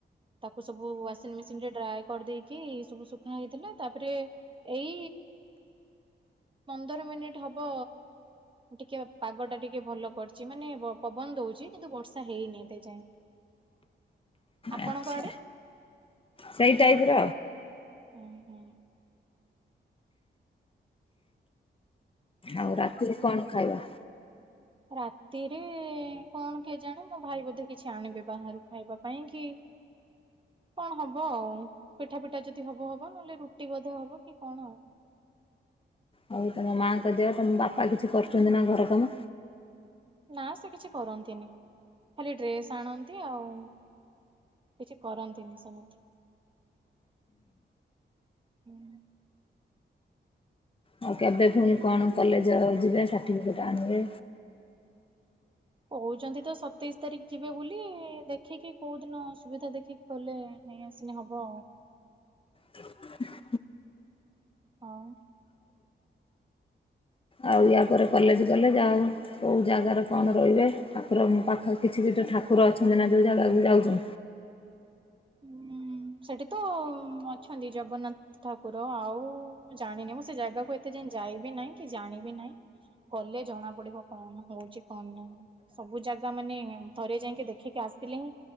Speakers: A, on the right; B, on the left.
A: ତାକୁ ସବୁ ୱାସିଂ ମେସିନ ରେ ଡ୍ରାଏ କରିଦେଇକି କି ସବୁ ଶୁଖା ହେଇଥିଲା ତାପରେ ଏଇ ପନ୍ଦର ମିନିଟ୍ ହବ ଟିକେ ପାଗ ଟା ଟିକେ ଭଲ କରିଛି ମାନେ ପବନ ଦୋଉଛି କିନ୍ତୁ ବର୍ଷା ହେଇନି। ଏଯାଏଁ ଆପଣଙ୍କ
B: ଆଚ୍ଛା
A: ଆଡେ?
B: ସେଇ ଟାଇପ ର
A: ହୁଁ
B: ଆଉ ରାତିରେ କଣ ଖାଇବା?
A: ରାତିରେ କଣ କେଜାଣି? ମୋ ଭାଇ ବୋଧେ କିଛି ଆଣିବେ ବାହାରୁ ଖାଇବା ପାଇଁ କି କଣ ହବ ଆଉ ପିଠା ପିଠା ଯଦି ହବ ହବ ନହେଲେ ରୁଟି ବୋଧେ ହବ କି କଣ ଆଉ।
B: ହଉ ତମ ମାଙ୍କ ଦେହ ତମ ବାପା କିଛି କରୁଛନ୍ତି ନା ଘର କାମ?
A: ନା ସେ କିଛି କରନ୍ତିନି ଖାଲି ଡ୍ରେସ୍ ଆଣନ୍ତି ଆଉ। କିଛି କରନ୍ତିନି ସମତ୍ ହୁଁ।
B: ଆଉ କେବେ ପୁଣି କଣ କଲେଜ ଯିବେ ସାର୍ଟିଫିକେଟ ଆଣିବେ?
A: କହୁଛନ୍ତି ତ ସତେଇଶି ତାରିଖ ଯିବେ ବୋଲି ଦେଖିକି କୋଉ ଦିନ ସୁବିଧା ଦେଖିକି ଗଲେ ନେଇ ଆସିଲେ ହବ।
B: ହ
A: ହଁ।
B: ଆଉ ୟା ପରେ କଲେଜ ଗଲେ ଯାଉ କୋଉ ଜାଗାରେ କଣ ରହିବେ ଠାକୁରଙ୍କ ପାଖରେ କିଛି ଦି ଟା ଠାକୁର ଅଛନ୍ତି ନା ଯୋଉ ଜାଗାକୁ ଯାଉଚୁ
A: ଉଁ ସେଠି ତ ଅଛନ୍ତି ଜଗନ୍ନାଥ ଠାକୁର ଆଉ ଜାଣିନି ମୁଁ ସେ ଜାଗାକୁ ଏତେ ଯାଇବି ନାହିଁ କି ଜାଣିବି ନାହିଁ। ଗଲେ ଜଣା ପଡିବ କଣ ହଉଛି କଣ ନାହିଁ ସବୁ ଜାଗା ମାନେ ଥରେ ଯାଇକି ଦେଖିକି ଆ ଆସିଲେ ହିଁ